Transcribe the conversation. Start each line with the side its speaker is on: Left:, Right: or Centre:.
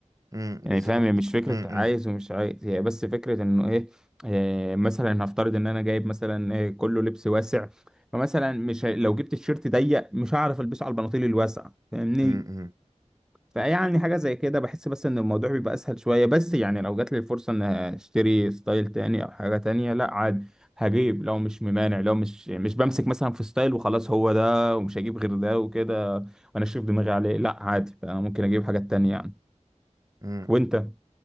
Right: مم،
Centre: يعني
Right: بالظبط
Centre: فاهم هي مش فكرة
Right: مم، مم،
Centre: عايز ومش عايز هي بس فكرة انه ايه آه، مثلا هفترض ان انا جايب مثلا آه، كله لبس واسع فمثلا مش هي- لو جبت الشيرت ضيق مش هعرف البسه على البناطيل الواسعة فاهمني
Right: مم، مم.
Centre: فيعني حاجة زي كده بحس بس ان الموضوع بيبقى اسهل شوية بس يعني لو جات لي الفرصة ان اشتري ستايل تاني او حاجة تانية لا عادي هجيب لو مش ممانع لو مش مش بمسك مثلا في ستايل وخلاص هو ده ومش هجيب غير ده وكده وانا شايف دماغي عليه لا عادي بقى ممكن اجيب حاجات تانية يعني
Right: امم
Centre: وانت